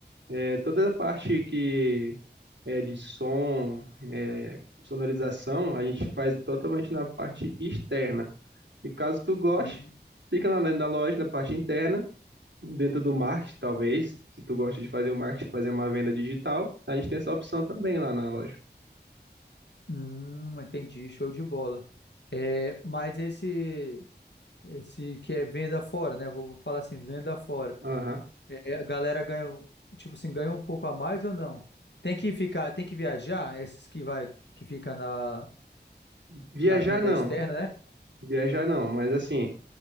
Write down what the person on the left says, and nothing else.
uhum.
Hum, entendi, show de bola. É, mas esse, esse que é venda fora, né? Vou vou falar assim, venda fora.
É, a galera ganha, um- tipo assim, ganha um pouco a mais ou não? Tem que ficar, tem que viajar, esses que vai, que fica na,
na venda
externa, né?